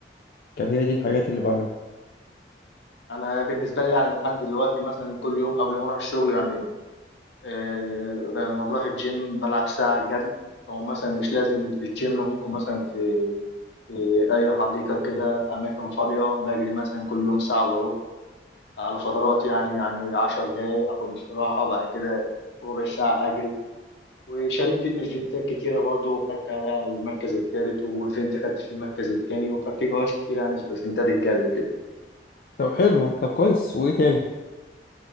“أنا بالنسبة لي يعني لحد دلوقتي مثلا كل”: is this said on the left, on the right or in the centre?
Left